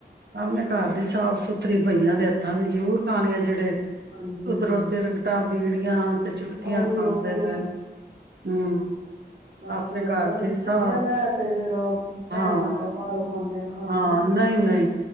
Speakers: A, on the right (about 75°); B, on the right (about 55°).
A: ਆਪਣੇ ਘਰ ਦੀ ਸਾਫ਼ ਸੁਥਰੀ ਬਹੀਆਂ ਦੇ ਹੱਥਾਂ ਦੀ ਜ਼ਰੂਰ ਖਾਣੇ ਆ ਜਿਹੜੇ
B: ਹਾਂਜੀ ਹਾਂਜੀ
A: ਉੱਧਰੋਂ ਸਿਰਗਟਾ ਬੀੜੀਆਂ ਤੇ ਚੁਟਕੀਆਂ
B: ਉਹੀ
A: ਖਾਂਦੇ
B: ਉਹੀ ਉਹੀ
A: ਪਏ ਨੇ। ਹੂੰ
B: ਸਸੀ
A: ਆਪਣੇ
B: ਓਹਿਓ ਅਮਿ੍ਤ
A: ਘਰ ਦੀ
B: ਛਕਿਆ
A: ਸਾਫ਼
B: ਦੈ ਤੇ ਫੇਰ ਵਹਿਮ
A: ਹਾਂ
B: ਆਨਦੈ ਬਾਹਰੋਂ ਖਾਂਦੇ ਆ ਖਾਂਦੇ
A: ਹਾਂ
B: ਨੀ
A: ਨਹੀਂ ਨਹੀਂ